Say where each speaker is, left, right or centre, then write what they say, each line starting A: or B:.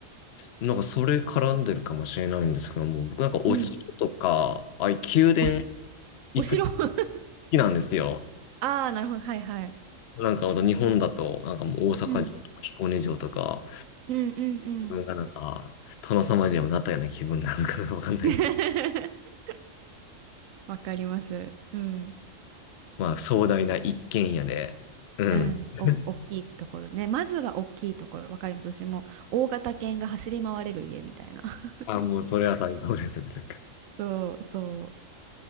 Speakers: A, on the left; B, on the right.
A: なんかそれ絡んでるかもしれないんですけども、僕なんかお城とか、
B: うん。
A: ああいう宮殿
B: おし、
A: 行くの好
B: お城 <laughs>
A: きなんですよ。
B: ああ、なるほど。はいはい。
A: なんかほんと日本だと、なんかもう大阪城とか彦根城とか、
B: うん。うんうんうん。
A: 自分がなんか殿様にでもなったような気分なのかなわかんないです
B: <laughs> わかります。うん。
A: まあ、壮大な一軒家で、うん。
B: うん。
A: <laughs>
B: お、大きいところね。まずは大きいところ。わかります。私も大型犬が走り回れる家みたいな。<laughs>
A: あ、もうそれは最高ですね。なんか、
B: そうそう。